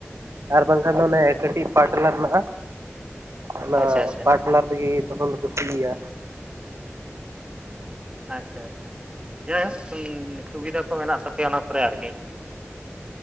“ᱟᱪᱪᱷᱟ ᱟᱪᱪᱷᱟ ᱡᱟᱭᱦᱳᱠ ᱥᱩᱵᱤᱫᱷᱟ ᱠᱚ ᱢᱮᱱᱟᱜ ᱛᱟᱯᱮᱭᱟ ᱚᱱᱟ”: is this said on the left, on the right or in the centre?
Right